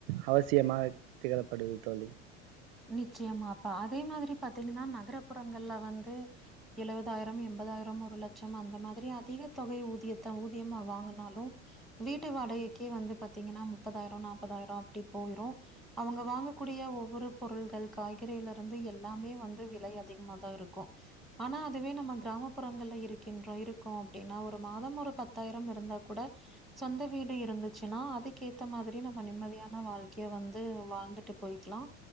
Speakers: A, on the right; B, in the centre.
A: அவசியமாக திகழப்படுது தோழி
B: நிச்சயமாப்பா அதே மாதிரி பாத்தீங்கன்னா நகரபுறங்கள்ல வந்து எழுவதாயிரம் எண்பதாயிரம் ஒரு லட்சம் அந்த மாதிரி அதிக தொகை ஊதியத்தை ஊதியமா வாங்குனாலு வீட்டு வாடகைக்கே வந்து பாத்தீங்கன்னா முப்பதாயிரோ நாற்பதாயிரோ அப்டி போயிரோ அவங்க வாங்கக்கூடிய ஒவ்வொரு பொருள்கள் காய்கறிலருந்து எல்லாமே வந்து விலை அதிகமாதா இருக்கு ஆனா அதுவே நம்ம கிராமப்புறங்கள்ல இருக்கின்றோ இருக்கோ அப்டின்னா ஒரு மாத ஒரு பத்தாயிரம் இருந்தா கூட சொந்த வீடு இருந்துச்சுன்னா அதுக்கேத்த மாதிரி நம்ம நிம்மதியான வாழ்க்கைய வந்து வாழ்ந்துட்டு போயிக்லா